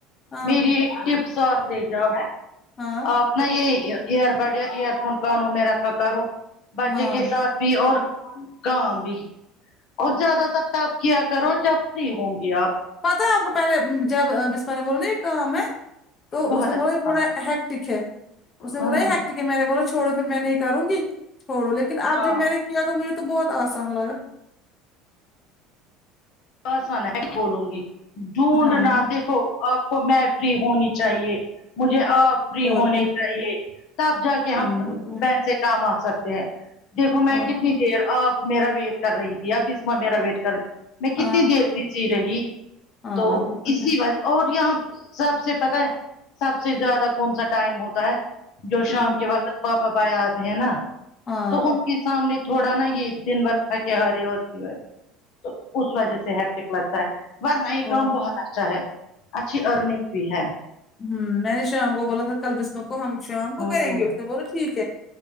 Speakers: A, on the left; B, on the left.
A: ہاں
B: میری ایک ٹپ ساتھ لے جاؤ
A: ہاں
B: اپنا یہ ایئر بڈ یا ایئر فون کانو میں راکھا کروں بچے
A: ہاں
B: کے ساتھ بھی اور کام بھی اور زیادہ تر تب کیا کرو جب فری ہوں گی آپ
A: پتہ ہے آپ کو پہلے جب بس <unintelligible> میںان بولو نا یہ کام ہے تو
B: بہت
A: اس نے
B: اچھا
A: بولا یہ تھوڑا
B: کام
A: ہیک ٹک ہے اس نے
B: ہاں
A: بولا یہ ہٹیک ہے میں نے بو چھوڑو پھر میں نہیں کروں گی چھوڑو لیکن اب
B: ہاں
A: جب میں نے کیا تو مجھے تو بہت آسان لگا
B: ایسا نہیں بولوں گی ڈونڈ
A: ہاں
B: نہ دیکھو آپ کو میں فری ہونی چاہیے مجھے آپ فری
A: اور
B: ہونی
A: کیا
B: چاہیے تب جا کے
A: ہاں
B: ہم
A: وہ تو ہے
B: پیسے کما سکتے ہیں دیکھو میں
A: اور
B: کتنی
A: کیا
B: دیر آپ میرا ویٹ کر رہی تھی اب بسمہ میرا ویٹ کر میں کتنی
A: ہاں
B: دیر بزی رہی
A: ہاں
B: تو
A: وہ
B: اسی
A: ہے
B: وجہ اور یہاں سب سے پتہ ہے سب سے زیادہ کون سا ٹائم ہوتا ہے جو شام
A: ہوں،
B: کے وقت پاپا بائے آتے ہیں نا
A: ہاں
B: تو ان کی سامنے تھوڑا نا یہ دن برکھا کے ہارے ہوتی ہے تو اس وجہ سے ہیٹک لگتا ہے ورنہ یہ کام
A: اور
B: بہت اچھا ہے اچھی ارننگ بھی ہے
A: ہ میں نے شام کو بولا تھا کل بسمہ کو ہم شام کو
B: ہمم
A: کریں گے اس نے بولا ٹھیک ہے